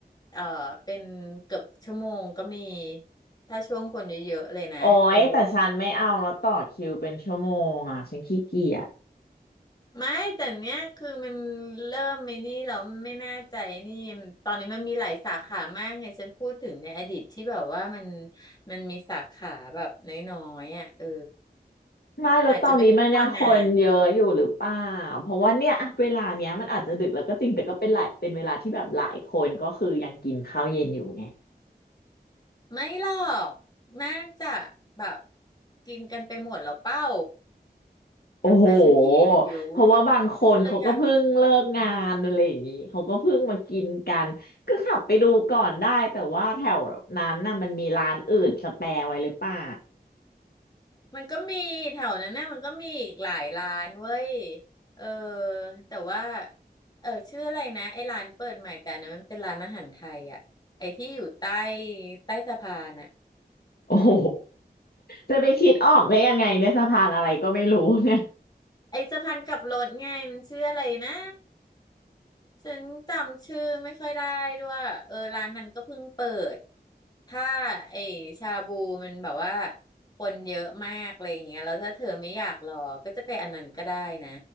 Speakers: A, on the left; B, on the left.
A: เออเป็นเกือบชั่วโมงก็มีถ้าช่วงคนเยอะๆเลยนะเออ
B: โอ้ยแต่ฉันไม่เอาแล้วต่อคิวเป็นชั่วโมงอ่ะฉันขี้เกียจ
A: ไม่แต่เนี้ยคือมันเริ่มไม่นี่เราไม่น่าใจนี่ตอนนี้มันมีหลายสาขามากไงฉันพูดถึงในอดีตที่แบบว่ามันมันมีสาขาแบบน้อยๆอ่ะเออ
B: ไม่แล้วตอนนี้มันยังคนเยอะอยู่หรือเปล่าเพราะว่าเนี่ยอะเวลาเนี้ยมันอาจจะดึกแล้วก็จริงแต่ก็เป็นหลายเป็นเวลาที่แบบหลายคนก็คือยังกินข้าวเย็นอยู่ไง
A: อาจจะไม่ต้องรอนานไม่หรอกน่าจะแบบกินกันไปหมดแล้วเป้า
B: โอ้โห
A: แต่ฉันหิว
B: เพราะว่าบางคนเขาก็เพิ่งเลิกงานอะไรอย่างนี้เขาก็เพิ่งมากินกันก็ขับไปดูก่อนได้แต่ว่าแถวนั้นน่ะมันมีร้านอื่นสแปร์ไว้หรือเปล่า
A: ฉันก็เลยอยากกิน มันก็มีแถวนั้นนะมันก็มีอีกหลายร้านเว้ยเออแต่ว่าเออชื่ออะไรนะไอ้ร้านเปิดใหม่แต่อันนั้นมันเป็นร้านอาหารไทยอ่ะไอ้ที่อยู่ใต้ใต้สะพานอ่ะ
B: โอ้โหจะไปคิดออกได้ยังไงเนี่ยสะพานอะไรก็ไม่รู้เนี่ย
A: ไอ้สะพานกลับรถไงมันชื่ออะไรนะ ฉันจำชื่อไม่ค่อยได้ด้วยเออร้านนั้นก็เพิ่งเปิดถ้าไอชาบูมันแบบว่าคนเยอะมากอะไรอย่างเงี้ยแล้วถ้าเธอไม่อยากรอก็จะไปอันนั้นก็ได้นะ